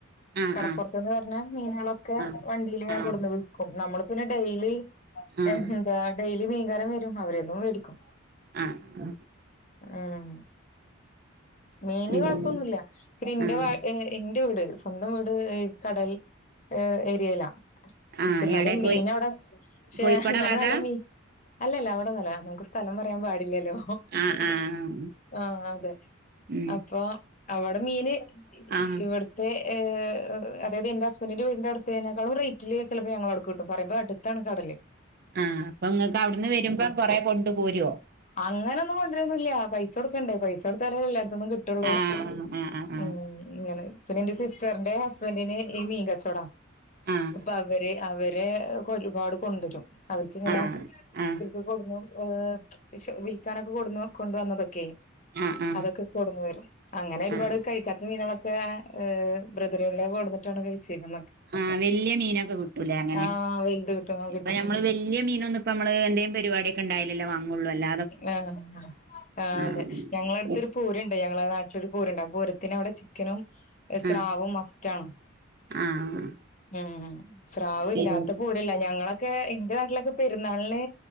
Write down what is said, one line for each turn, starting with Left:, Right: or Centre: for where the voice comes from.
Right: ആഹ്
Left: കടപ്പുറത്ത്ന്ന്
Right: ആഹ്
Left: വര്ണ മീനുകളൊക്കെ
Right: ആഹ്
Left: വണ്ടിൽ ഇങ്ങനെ
Right: ആഹ്
Left: കൊടുന്ന് വിക്കും നമ്മള് പിന്നെ ഡെയിലി
Right: ആഹ്
Left: എന്താ ഡെയിലി മീൻങ്കാരം വരും അവരതും മേടിക്കും
Right: ആഹ
Left: ആഹ മീ
Right: പിന്നെ
Left: കൊഴപ്പൊന്നുമല്ല പിെ എന്റെ
Right: ആഹ്
Left: എന്റെ വീട് സ്വന്തം വീട് കടൽ ഏരിയയില
Right: ആഹ്
Left: പക്ഷ എന്നാലും
Right: എവിടെ
Left: മീൻ
Right: കോയി
Left: അവിടെ ചെ
Right: കോഴിക്കോട
Left: എന്നാലും
Right: ഭാഗ
Left: നല്ല മീൻ അല്ലല്ല അവിടെ നല്ല നമുക്ക് സ്ഥലം പറയാൻ പാടില്ലല്ലോ
Right: ആഹ് ആഹ്
Left: ആഹ അതെ
Right: ഉം
Left: അപ്പൊ അവിടെ മീന്
Right: ആഹ്
Left: ഇവിടു <unintelligible> അതായത് എന്റെ ഹസ്ബൻഡിന്റെ വീടിൻന്റെ അടുത്തേക്കാും റേറ്റില് ചിലപ്പോ ഞങ്ങൾ അടുക്ക് കിട്ടും പറയുമ്പോ അടു ട്ടാണ് കടൽ
Right: ആഹ് അപ്പൊ നിങ്ങൾക്ക് അവിടുന്ന് വരുമ്പോ കൊറെ കൊണ്ട പോരോ
Left: അങ്ങനെന്നും കൊണ്ടരന്നില്ല പൈസ കൊടുക്കണ്ടേ പൈസ കൊടുത്താലേ എല്ലായിടത്തൊന്ന കിട്ടുള്ളൂ
Right: ആഹ് ആഹ് ആഹ്
Left: ഉം ഇങ്ങനെ പിന്ന എന്റെ സിസ്റ്ററിന്റെ ഹസ്ബൻറിന് ഈ മീൻകച്ചോടാ
Right: ആഹ്
Left: അപ്പൊ അവര് അവ <unintelligible> ഒരുപാട് കൊണ്ടരും അവർക്കിങ്ങനെ
Right: ആഹ് ആഹ്
Left: ഇൻക് കൊണ്ട് <unintelligible> വിൽാനൊക്കെ കൊ കൊണ്ടുവന്നതൊക്കെ
Right: ആഹ് ആഹ്
Left: അതൊക്കെ കൊടന്ന് വരും അങ്ങനെ ഒരുപാട്
Right: ആഹ്
Left: കഴിക്കാത്ത മീനുകളൊക്കെ ആ ബ്രദറ കൊട ട്ടണ കഴിച്ചക്ക്നെ
Right: ആഹ വല്യ മീനൊക്കെ കിട്ടൂലേ അങ്ങനെ
Left: ആഹ് വലുത് കിട്ടും ആഹ്
Right: ഇപ്പൊ
Left: കിട്ടും
Right: ഞമ്മള് വല്യ മീനൊ ഇപ്പമ്മൾ എന്തേ പരിപാടൊക്കെണ്ടയ്ലല്ലേ വാ മുള്ളുല്ല
Left: ആ ആ
Right: ആഹ്
Left: അതെ ഞങ്ങളട തൊരു പൂരണ്ട് ഞങ്ങളെ നാട്ടിലൊരു പൂരണ്ട് ആ പൂരത്തിന് അവിടെ ചിക്കനും
Right: ആഹ്
Left: സ്രാവ് മസ്റ്റ് ആാണ്
Right: ആഹ്
Left: ഉ സ്രാവ്
Right: പിന്നെ
Left: ഇല്ലാത്ത പൂരല്ല ഞങ്ങളൊക്കെ എന്റെ നാട്ടിലൊക്കെ പെരുന്നാളിന്